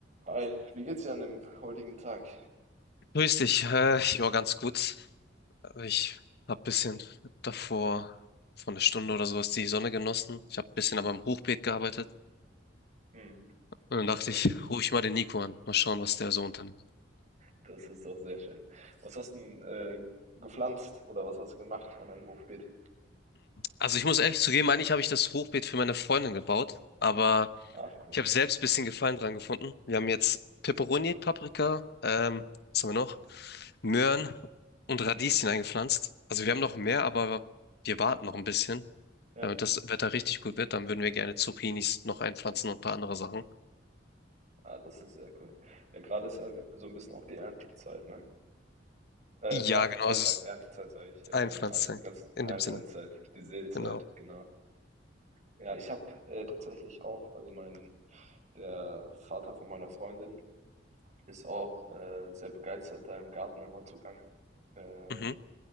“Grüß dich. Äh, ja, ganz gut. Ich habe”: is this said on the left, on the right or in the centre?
Left